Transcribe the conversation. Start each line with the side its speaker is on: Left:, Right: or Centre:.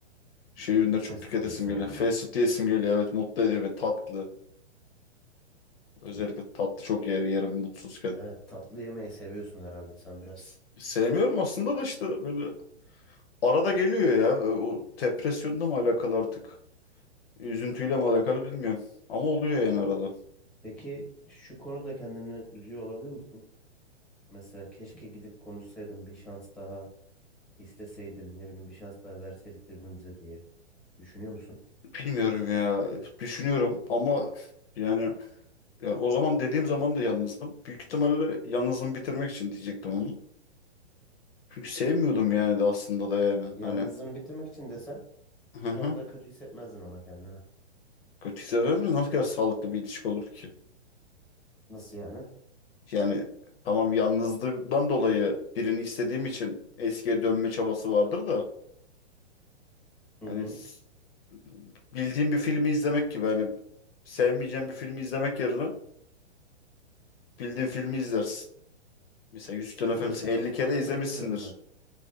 Left: şey ürünleri
Centre: Fast
Left: çok tüketesim
Centre: food diyesin
Left: geliyor.
Centre: geliyor.
Left: Fast food yiyesim geliyor. Evet mutlu ediyor beni tatlı. Özellikle
Centre: Hmm.
Left: tatlı çok yer, yerim mutsuzken.
Centre: Evet tatlı yemeyi seviyorsun herhalde sen biraz.
Left: Sevmiyorum aslında da işte böyle arada geliyor ya. Ee, O depresyonla mı alakalı artık? Üzüntüyle mi alakalı bilmiyorum. Ama oluyor yani arada.
Centre: Peki şu konuda kendini üzüyor olabilir misin? Mesela keşke gidip konuşsaydım bir şans daha isteseydim ne bileyim bir şans daha verseydik birbirimize diye düşünüyor musun?
Left: Bilmiyorum ya. Düşünüyorum ama yani Ya o zaman dediğim zaman da yalnızdım. Büyük ihtimalle yalnızım bitirmek için diyecektim onu. Çünkü sevmiyordum yani de aslında da yani.
Centre: Yalnızlığını
Left: Hani
Centre: bitirmek için desen
Left: hı
Centre: şu
Left: hı.
Centre: anda kötü hissetmezdin ama kendine.
Left: Kötü hissederdim de nasıl kadar sağlıklı bir ilişki olur ki?
Centre: Nasıl yani?
Left: Yani tamam yalnızlıktan dolayı birini istediğim için eskiye dönme çabası vardır da
Centre: Hı
Left: hani
Centre: hı.
Left: s- bildiğim bir filmi izlemek gibi hani sevmeyeceğim bir filmi izlemek yerine bildiğin filmi izlersin. Mesela Yüzüklerin Efendisi
Centre: Bilmiyorum sana
Left: 50
Centre: bu
Left: kere
Centre: konuda
Left: izlemişsindir.
Centre: katılmıyorum ben.